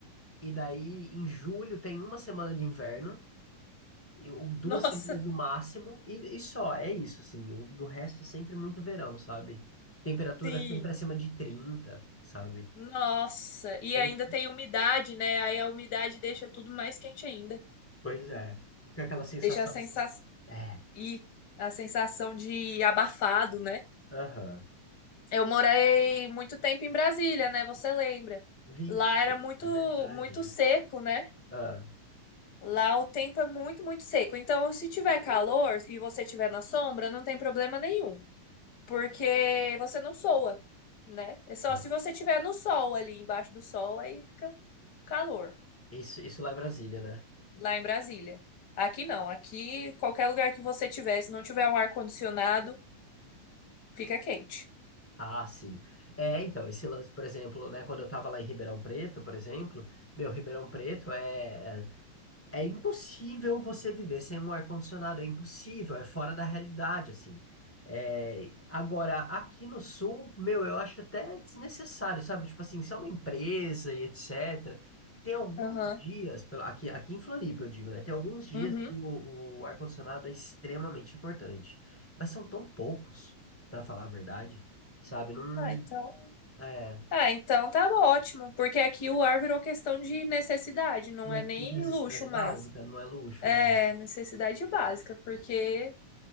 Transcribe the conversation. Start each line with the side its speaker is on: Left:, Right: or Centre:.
Centre: E daí, em julho, tem uma semana de inverno, e, ou duas
Left: Nossa,
Centre: semanas no máximo, e, e só, é isso, assim. O, do resto é sempre muito verão, sabe? Temperatura
Left: sim.
Centre: sempre acima de trinta sabe?
Left: Nossa, e
Centre: Tem-
Left: ainda tem umidade, né? Aí a umidade deixa tudo mais quente ainda.
Centre: Pois é. Fica aquela sensação.
Left: Deixa a sensação
Centre: É,
Left: e a sensação de abafado, né?
Centre: aham.
Left: Eu morei muito tempo em Brasília, né? Você lembra?
Centre: Vixe,
Left: Lá era muito
Centre: é verdade.
Left: muito seco, né?
Centre: Ah,
Left: Lá o tempo é muito, muito seco. Então, se tiver calor e você estiver na sombra, não tem problema nenhum, porque você não soa, né? É só
Centre: ah.
Left: se você estiver no sol ali, embaixo do sol, aí fica calor.
Centre: Isso, isso lá em Brasília, né?
Left: lá em Brasília. Aqui não, aqui qualquer lugar que você tiver, se não tiver um ar-condicionado, fica quente.
Centre: Ah, sim. É, então, esse lance, por exemplo, né, quando eu tava lá em Ribeirão Preto, por exemplo, meu, Ribeirão Preto é, é É impossível você viver sem um ar-condicionado, é impossível, é fora da realidade, assim. É, agora, aqui no Sul, meu, eu acho até desnecessário, sabe? Tipo assim, se é uma empresa e etc., tem alguns
Left: Aham.
Centre: dias, pela- aqui, aqui em Floripa, eu digo, né? Tem alguns dias
Left: Uhum.
Centre: que o, o ar-condicionado é extremamente importante, mas são tão poucos, para falar a verdade, sabe? Não
Left: Ah, então.
Centre: é
Left: Ah, então tá ótimo, porque aqui o ar virou questão de necessidade, não
Centre: né,
Left: é nem
Centre: necessidade
Left: luxo mais.
Centre: básica, não é luxo,
Left: É
Centre: é.
Left: necessidade básica, porque